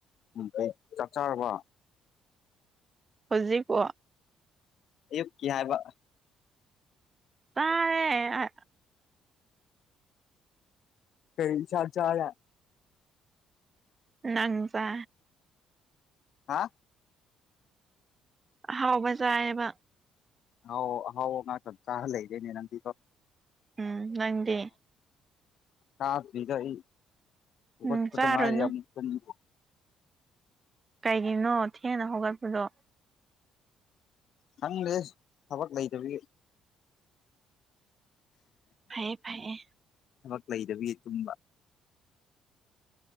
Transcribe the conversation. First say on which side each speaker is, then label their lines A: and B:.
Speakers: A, on the left; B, on the right.
A: <unintelligible> ꯆꯥꯛ ꯆꯥꯔꯕꯣ꯫
B: ꯍꯧꯖꯤꯛ ꯄꯣ
A: ꯑꯌꯨꯛꯀꯤ ꯍꯥꯏꯕ꯫
B: ꯆꯥꯔꯦ <unintelligible>
A: ꯀꯩ ꯢꯟꯁꯥꯡ ꯆꯥꯔꯦ꯫
B: ꯅꯪ ꯆꯥ
A: ꯍꯥ
B: ꯑꯍꯥꯎꯕ ꯆꯥꯑꯦꯕ꯫
A: ꯑꯍꯥꯎ ꯑꯍꯥꯎ ꯉꯥꯛꯇ ꯆꯥ ꯂꯩꯔꯦꯅꯦ ꯅꯪꯗꯤ ꯀꯣ꯫
B: ꯎꯝ ꯅꯪꯗꯤ꯫
A: ꯆꯥꯗ꯭ꯔꯤꯗ ꯑꯩ ꯍꯧꯒꯠꯄꯗꯥ
B: ꯎꯝ ꯆꯥꯔꯨꯅꯨ
A: ꯉꯥꯏꯔꯤ ꯑꯃꯨꯛ ꯇꯨꯝ <unintelligible>
B: ꯀꯩꯒꯤꯅꯣ ꯊꯦꯡꯅ ꯍꯧꯒꯠꯄꯗꯣ꯫
A: ꯈꯪꯂꯦ ꯊꯕꯛ ꯂꯩꯇꯕꯒꯤ꯫
B: ꯐꯩꯌꯦ ꯐꯩꯌꯦ꯫
A: ꯊꯕꯛ ꯂꯩꯗꯕꯒꯤ ꯇꯨꯝꯕ꯫